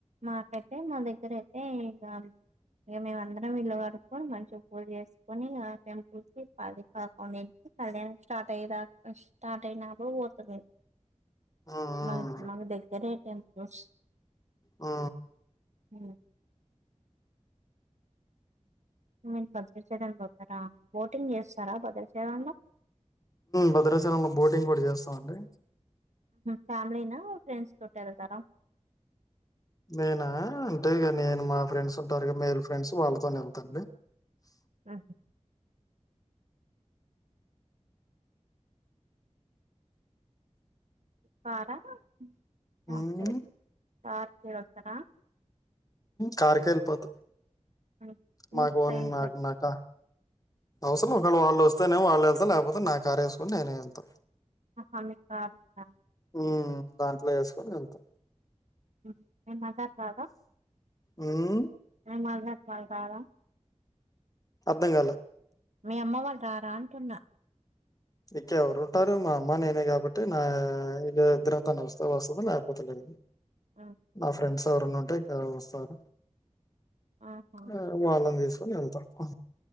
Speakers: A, on the right (about 75°); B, on the left (about 30°).
A: మాకైతే మా దగ్గర అయితే ఇం ఇక మేమందరం ఇల్లు కడుకొని మంచిగా పూజ చేసుకొని ఆ టెంపుల్ కి పది పాకం సడెన్ స్టార్ట్ అయ్యా స్టార్ట్ అయినాప్పుడు పోతుంది
B: హ్మ్.
A: మ మ దతే రే ఎం బస్
B: ఆ
A: అ మీరు బదల చేదని పోతారా బోటింగ్ చేస్తారా బదలు చేదంలో
B: భద్రాచలంలో బోటింగ్ కూడా చేస్తాంండి
A: ఫ్యామిలీనా ఫ్రెండ్స్ తోట వెళ్తారా
B: నేనా అంటే ఇక నేను మా ఫ్రెండ్స్ ఉంటారు మేలు ఫ్రెండ్స్ వాళ్ళతో వెళ్తాండి
A: ఆ వారా స
B: హ్మ్.
A: సార్ మీరు వస్తారా
B: కార్కేళ్ళిపోత
A: మ్హూ. ఎందుకు
B: మాగవన్
A: ట్రైన్
B: నాగన్నాక
A: కి
B: అవసరం ఒకళ్ళ వాళ్ళు వస్తేనేమో వాళ్ళు వెళ్తారు లేకపోతే నా కారు వేసుకొని నేనే వెళ్తా
A: అహ మీకు కార్ ఉందా
B: మ్ దాంట్లో వేసుకొని వెళ్తాం
A: మేము మజా రాధ
B: హ్మ్
A: మదర్ వాళ్ళు రా రా
B: అర్థం కాలే
A: మీ అమ్మ వాళ్లు రారా అంటున్నా
B: ఇంక ఎవరు ఉంటారు మా అమ్మ నేనే కాబట్టి నా ఇక ఇద్దరు తాను వస్తే వస్తుంది లేకపోతే లేదు
A: ఊహూ
B: నా ఫ్రెండ్స్ ఎవరున్నా ఉంటే ఇక వస్తే ఎవరు
A: ఆహా
B: ఆ వాళ్ళని తీసుకొని వెళ్తా ఆ